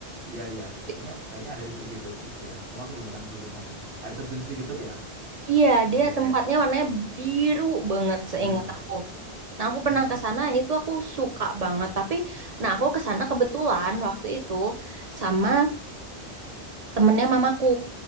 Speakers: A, on the right; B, on the right.
A: iya, iya.
B: I-
A: Kayaknya kayaknya ada di Sri Srigetuk. Iya, cuma aku belum pernah sih ke sana. Air terjun Srigetuk ya?
B: Iya, dia
A: Iya.
B: Ya. tempatnya
A: iya.
B: warnanya
A: Ah,
B: biru banget seingat
A: biru banget.
B: aku. Nah, aku
A: Hmm.
B: pernah ke sana itu aku suka banget, tapi nah aku ke sana kebetulan waktu itu sama temennya mamaku.